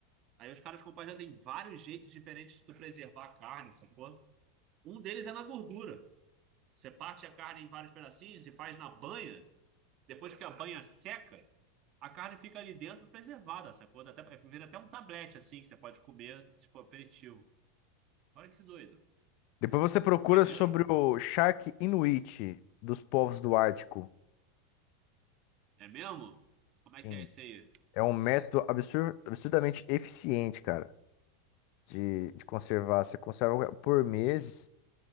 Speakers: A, on the right; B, on the left.
A: Aí os caras compartilham, tem vários jeitos diferentes de tu preservar a carne, sacou? Um deles é na gordura. Você parte a carne em vários pedacinhos e faz na banha. Depois que a banha seca, a carne fica ali dentro preservada, sacou? Dá Até, é, vira até um tablete assim que você pode comer, tipo aperitivo. Olha que doido.
B: Depois você procura
A: Maneiro.
B: sobre o Shark Inuit dos povos do Ártico.
A: É mesmo? Como é
B: Sim.
A: que é isso aí?
B: É um método absur- absurdamente eficiente, cara, de, de conservar. Você conserva por meses.